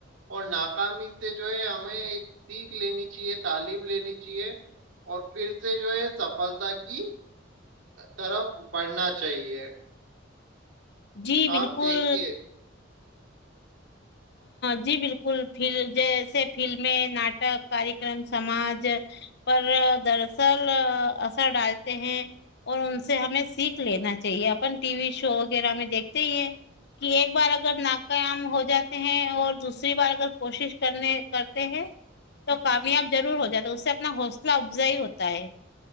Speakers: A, on the right; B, on the left.
A: اور ناکامی سے جو ہے ہمیں ایک سیکھ لینی چاہیے تعلیم لینی چاہیے اور پھر سے جو ہے سفلتا کی طرف بڑھنا چاہیے
B: جی بالکل
A: آپ دیکھیے
B: جی بالکل ف جیسے فلمیں ناٹک کارکرم سماج پر دراصل اثر ڈالتے ہیں اور ان سے ہمیں سیکھ لینا چاہیے اپن ٹی وی شو وغیرہ میں دیکھتے ہی ہیں کہ ایک بار اگر نقیام ہو جاتا اور دوسری بار اگر کوشش کرنے کرتے ہیں تو کامیاب ضرور ہو جاتا اس سے اپنا حوصلہ افزائی ہوتا ہے